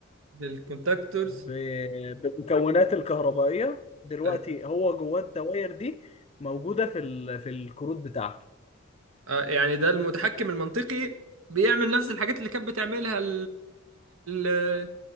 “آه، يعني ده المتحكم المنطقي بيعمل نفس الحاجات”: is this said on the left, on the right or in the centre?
Right